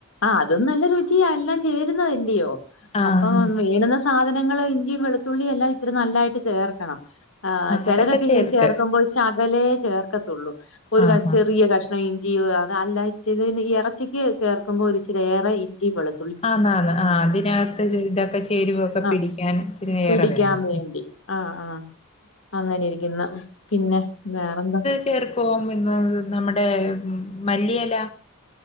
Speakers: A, on the left (about 65°); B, on the left (about 30°).
A: ആഹ് അതും നല്ല രുചിയാ എല്ലാം ചേരുന്നതല്ലിയോ.
B: ആഹ്
A: അപ്പം വേണുന്ന സാധനങ്ങള് ഇഞ്ചിയും വെളുത്തുള്ളിയെല്ലാം ഇച്ചിരി നല്ലായിട്ട് ചേർക്കണം ആഹ് ചിലരൊക്കെ
B: അതൊക്കെ ചേർത്ത്
A: ഇങ്ങ ചേർക്കുമ്പോൾ ശകലേ ചേർക്കത്തുള്ളൂ. ഒരു
B: ആഹ്
A: ക ചെറിയ
B: ആഹ്
A: കഷ് ണ ഇഞ്ചിയും അത് അല്ലാച്ചി ന് ഇറച്ചിക്ക് ചേർക്കുമ്പോ ഒരിച്ചിരി ഏറെ ഇഞ്ചിയും വെളു
B: ആന്നാന്ന്. ആഹ് അതിനകത്ത് ഇതൊക്കെ ചേരുവൊക്കെ
A: ആഹ്
B: പിടിക്കാൻ ഇച്ചിരി
A: പിടിക്കാൻ
B: ഏറെ വേണം.
A: വേണ്ടി ആഹ് ആഹ് അങ്ങനെ ഇരിക്കുന്നു. പിന്നെ വേറെന്താ?
B: ചേർക്കോ മിന്ന് നമ്മുടെ മല്ലിയെല